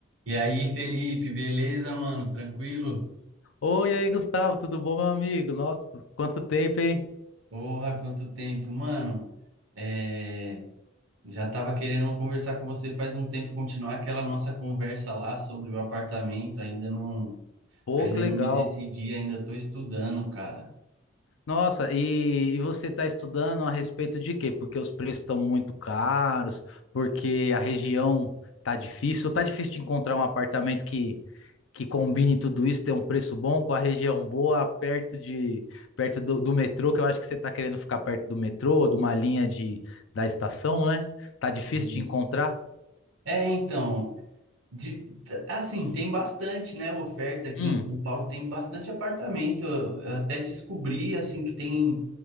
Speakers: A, on the right; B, on the left.
A: E aí, Felipe, beleza, mano? Tranquilo?
B: Oi, aí, Gustavo, tudo bom, meu amigo? Nossa, quanto tempo, hein?
A: Porra, quanto tempo, mano. É, já tava querendo conversar com você faz um tempo, continuar aquela nossa conversa lá sobre o apartamento. Ainda não,
B: Pô,
A: ainda
B: que legal.
A: não me decidi, ainda tô estudando, cara.
B: Nossa, e, e você está estudando a respeito de quê? Porque os preços estão muito caros, porque a região tá difícil, ou tá difícil de encontrar um apartamento que, que combine tudo isso, ter um preço bom, com a região boa, perto de perto do, do metrô, que eu acho que você está querendo ficar perto do metrô, de uma linha de, da estação, né? Tá difícil
A: Isso.
B: de encontrar?
A: É, então, De, t- assim, tem bastante, né, oferta aqui
B: Hum,
A: em São Paulo, tem bastante apartamento, eu até descobri, assim, que tem